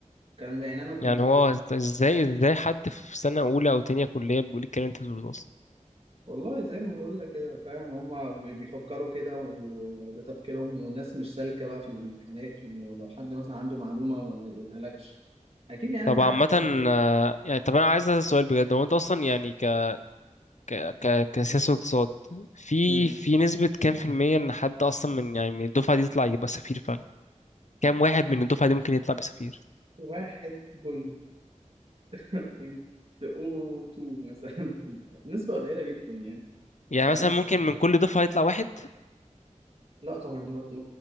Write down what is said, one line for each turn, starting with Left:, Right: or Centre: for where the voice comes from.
Right: الكلام ده يعني انا كنت
Left: يعني هو ازاي ازاي حد في سنة أولى أو تانية كلية بيقول الكلام اللي انت بتقوله ده أصلا
Right: والله زي ما بقول لك كده فاهم هما بي- بيفكروا كده وده تفكيرهم والناس مش سالكة بقى في الامتحانات ولو حد مثلا عنده معلومة ما يقولها لكش أكيد يعني
Left: طب
Right: أنت
Left: عامة
Right: عارف الحوارات دي
Left: آه، يعني طب أنا عايز أسأل سؤال بجد هو أنت أصلا يعني ك ك ك كسياسة واقتصاد في
Right: مم.
Left: في نسبة كام في المية إن حد أصلا من يعني من الدفعة دي يطلع يبقى سفير فعلا كام واحد من الدفعة دي ممكن يطلع بسفير
Right: واحد بوينت بوينت أو تو <laughs> مثلا نسبة قليلة جدا يعني
Left: يعني
Right: فاهم
Left: مثلا ممكن من كل دفعة يطلع واحد
Right: لا طبعا دي برضه